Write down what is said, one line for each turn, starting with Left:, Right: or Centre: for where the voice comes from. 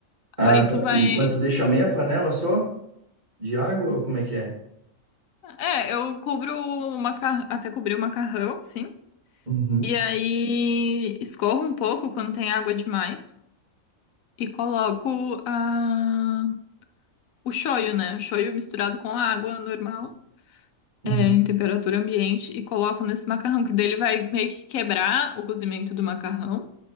Right: Ah,
Left: Aí
Right: tá.
Left: tu vai.
Right: E, mas tu deixa meia panela só de água ou como é que é?
Left: É, eu cubro o macarrão, até cobrir o macarrão, sim.
Right: Uhum,
Left: E aí escorro um pouco quando tem água demais. E coloco a... o shoyu, né? O shoyu misturado com água normal,
Right: uhum,
Left: é, em temperatura ambiente. E coloco nesse macarrão, que dele vai meio que quebrar o cozimento do macarrão.